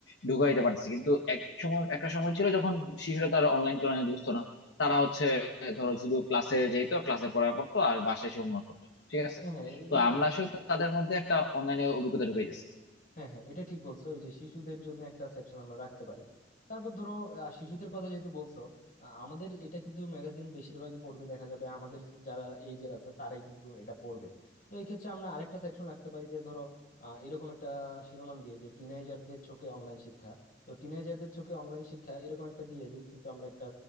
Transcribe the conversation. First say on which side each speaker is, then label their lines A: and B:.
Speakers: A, on the left; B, on the left.
A: ঢুকাই দিতে পারতেছি কিন্তু এক সময় একটা সময় ছিল যখন শিশুরা তারা অনলাইন টনলাইন বুঝতো না তারা হচ্ছে ধরো শুধু ক্লাসে যেত ক্লাসে পড়া পড়তো আর বাসায় এসে হোমওয়ার্ক করতো ঠিক আছে
B: হ্যাঁ হ্যাঁ, এ-
A: তো
B: এ-
A: আমরা
B: এটা
A: আসলে
B: ঠিক বলছো।
A: তাদের মধ্যে একটা অনলাইনে অভিজ্ঞতা ঢুকাই দিচ্ছি
B: হ্যাঁ হ্যাঁ এটা ঠিক বলছো এই যে শিশুদের জন্য একটা সেকশন আমরা রাখতে পারি তারপর ধরো আহ, শিশুদের কথা যেহেতু বলছো আহ, আমাদের এটা কিন্তু ম্যাগাজিন বেশিরভাগই পড়বে দেখা যাবে আমাদের যারা এইজের আছে তারাই কিন্তু এটা পড়বে তো এই ক্ষেত্রে আমরা আরেকটা সেকশন রাখতে পারি যে ধরো আহ, এরকম একটা শিরোনাম দিয়ে যে টিনেজারদের চোখে অনলাইন শিক্ষা তো টিনেজারদের চোখে অনলাইন শিক্ষা এরকম একটা দিয়ে যে কিন্তু আমরা একটা